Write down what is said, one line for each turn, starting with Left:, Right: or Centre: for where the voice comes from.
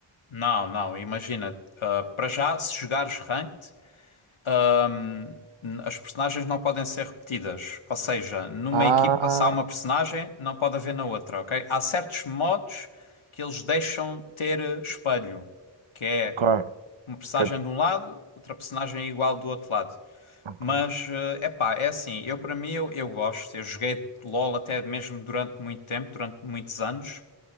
Left: Não, não, imagina, ah, para já, se jogares ranked, ahm, as personagens não podem ser repetidas. Ou seja, numa
Right: Ah,
Left: equipa, se há uma personagem, não pode haver na outra, ok? Há certos modos que eles deixam ter eh, espelho, que é
Right: ok,
Left: uma personagem
Right: ok,
Left: de um lado, outra personagem é igual do outro lado.
Right: ok.
Left: Mas, é pá, é assim, eu para mim, eu, eu gosto, eu joguei LOL até mesmo durante muito tempo, durante muitos anos.